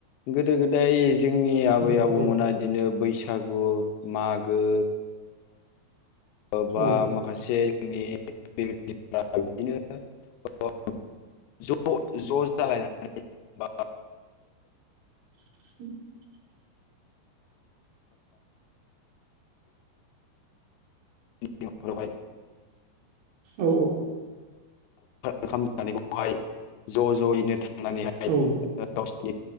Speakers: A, on the left; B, on the right.
A: गोदो - गोदाय जोंनि आबै
B: औ
A: आबौमोना
B: औ
A: बिदिनो बैसागु मागो बा
B: औ
A: माखासे जोंनि <unintelligible> बिदिनो <unintelligible> ज' ज' जालायनानै बा
B: <inaudible>
A: <inaudible> लावखार
B: औ
A: ओंखाम जानायखौहाय ज' ज'यैनो थांनानैहाय
B: औ
A: गावसिनि